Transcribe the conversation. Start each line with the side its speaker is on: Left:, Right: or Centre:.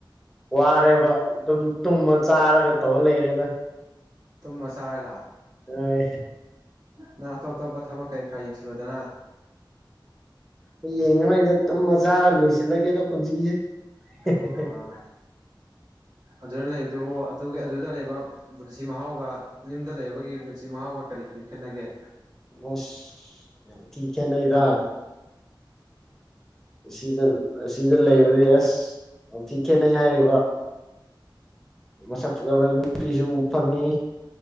Centre: ꯋꯥꯔꯦꯕ ꯑꯗꯨꯝ ꯇꯨꯝꯃ ꯆꯥꯔꯒ ꯇꯧꯔ ꯂꯩꯔꯦꯗ
Right: ꯇꯨꯝꯃ ꯆꯥꯔꯒ
Centre: ꯑ ꯎ
Right: ꯅꯪ ꯑꯇꯣꯞ ꯑꯇꯣꯞꯄ ꯊꯕꯛ ꯀꯩ ꯀꯥ ꯌꯦꯡꯁꯤꯜꯂꯨꯗꯅ
Centre: ꯑꯣ ꯀꯃꯥꯏꯗ ꯇꯨꯝꯃ ꯆꯥꯔ ꯂꯩ ꯁꯤꯜꯂꯒꯦꯗ ꯄꯨꯟꯁꯤꯁꯦ
Right: ꯑꯣ
Centre: ꯑꯁ
Right: ꯑꯗꯨꯗ ꯂꯩꯕꯗꯨꯕꯨ ꯑꯗꯨꯒ ꯑꯗꯨꯗ ꯂꯩꯕ ꯄꯨꯟꯁꯤ ꯃꯍꯥꯎꯒ ꯌꯨꯝꯗ ꯂꯩꯕꯒꯤ ꯄꯨꯟꯁꯤ ꯃꯍꯥꯎꯒ ꯀꯔꯤ ꯀꯔꯤ ꯈꯦꯠꯅꯒꯦ
Centre: ꯑꯁ ꯌꯥꯝ ꯊꯤ ꯈꯦꯠꯅꯩꯗ ꯁꯤꯗ ꯁꯤꯗ ꯂꯩꯕꯗꯤ ꯑꯁ ꯌꯥꯝ ꯊꯤ ꯈꯦꯠꯅꯩ ꯍꯥꯏꯔꯤꯕ ꯃꯁꯛ ꯐꯖꯕ ꯅꯨꯄꯤꯁꯨ ꯎꯕ ꯐꯪꯉ